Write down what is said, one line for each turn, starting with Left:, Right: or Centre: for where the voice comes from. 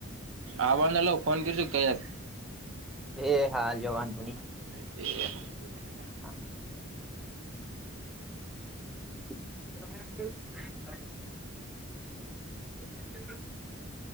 Right: આવવાનો લાવ ફોન કરશુ કયા
Centre: એ હાલ જોવાંધું નહી
Right: <inaudible>
Centre: હા. <unintelligible> <unintelligible>